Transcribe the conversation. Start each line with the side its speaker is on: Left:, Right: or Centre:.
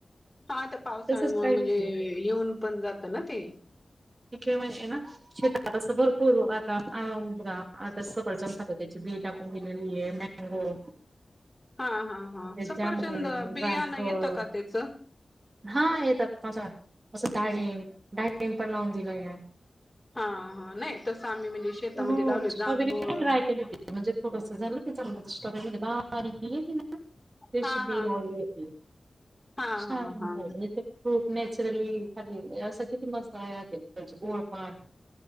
Left: हा आता पावसाळ्यामुळ
Right: तसच काहीतरी
Left: म्हणजे येऊन पण जात ना ते
Right: केव्हाही येणार शेतात असं भरपूर आता सफरछंद खात होते बी टाकून दिलेली ये मॅंगो ची
Left: हा हा हा सफरचंद
Right: जामुन
Left: बियाण
Right: रामफळ
Left: येतं का त्याच
Right: हा येतात असं डाळींम डाळीम पण लावून दिलय
Left: हा हा नाही तसं आम्ही म्हणजे शेतामध्ये
Right: हो
Left: लावले
Right: स्ट्रॉबेरी
Left: जांभूळ
Right: पण ड्राय केली म्हणजे थोडस झालं त्या स्टॉबीरीत बारीक बी ते
Left: हा
Right: शि बी
Left: हा
Right: लावली
Left: हा
Right: होती
Left: हा
Right: शां
Left: हा
Right: म्हणजे
Left: हा
Right: ते फ नॅचरली खाली असं किती मस्त राहते त्याचे गोळपण